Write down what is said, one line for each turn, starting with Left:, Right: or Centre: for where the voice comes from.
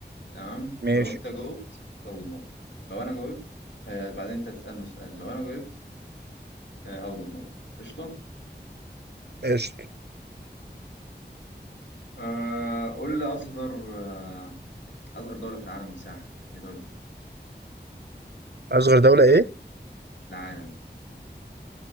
Left: تمام
Right: ماشي
Left: ولو أنت جاوبت تاخد النقطة لو أنا جاوبت آه، بعدين أنت تسألني سؤال لو أنا جاوبت آه، هاخد النقطة قشطة
Right: قشطة
Left: آه، قول لي أصغر آه، أصغر دولة في العالم مساحة هي دولة إيه؟
Right: أصغر دولة إيه؟
Left: العالم